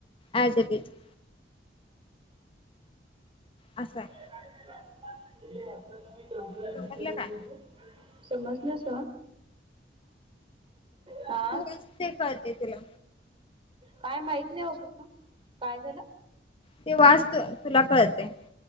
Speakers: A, on the left; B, on the right.
A: आजगेच <unintelligible> असं आहे
B: <unintelligible>
A: समजलं काय
B: समजण्यास हा
A: तुलाच ते कळते तुला
B: काय माहित नाही हो पप्पा, काय झालं?
A: ते वासू तुला कळते